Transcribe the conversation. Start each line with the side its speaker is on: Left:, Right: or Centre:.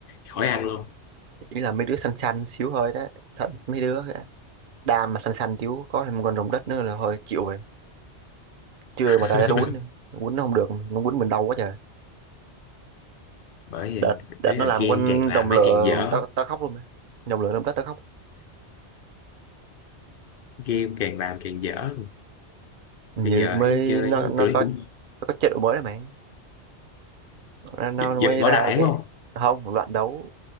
Left: khỏi ăn luôn
Right: ý là mấy đứa xanh xanh xíu hơi đó xanh mấy đứa á. đam mà xanh xanh xíu có thêm một con rồng đất nữa là thôi chịu rồi chưa mà
Left: <laughs>
Right: ra ra quýnh đi quýnh nó không được nó quýnh mình đau quá trời
Left: bởi vậy
Right: đợt đợt
Left: ý
Right: nó
Left: là
Right: làm
Left: game
Right: con
Left: càng làm
Right: rồng
Left: mấy
Right: lửa
Left: càng dở
Right: tao tao khóc luôn mà rồng lửa rồng đất tao khóc
Left: game càng làm càng dở
Right: như
Left: bây giờ
Right: mới
Left: thấy chơi
Right: nó
Left: thấy
Right: nó
Left: tụi
Right: có
Left: nó cũng
Right: nó có chế độ mới rồi mày nó, nó
Left: giật, giật
Right: mới
Left: võ
Right: ra
Left: đại
Right: cái
Left: đúng không
Right: không một loạt đấu